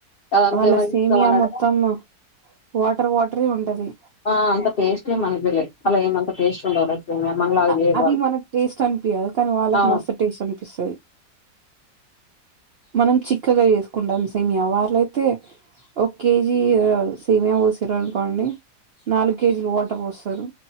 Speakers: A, on the left; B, on the right.
A: అదంతా
B: వాళ్ళ
A: ఎవరికి
B: సేమియా
A: ఇస్తాం అన్నట్టుగా
B: మొత్తం వాటర్ వాటరె ఉంటది
A: ఆ అంత టేస్ట్ ఏం అనిపియాలే అలా ఏమంత టేస్ట్ ఉండవు మనలాగా
B: అ
A: చేయరు
B: అది
A: వాళ్ళు
B: మనకు టేస్ట్ అనిపియ్యవు కానీ వాళ్ళకి
A: ఆ!
B: మస్తు టేస్ట్ అన్ పిస్తది మనం చిక్కగా చేసుకుంటాం సేమియా వాళ్ళయితే ఒక కేజీ సేమియా పోసిర్రు అనుకోండి నాలుగు కేజీలు వాటర్ పోస్తరు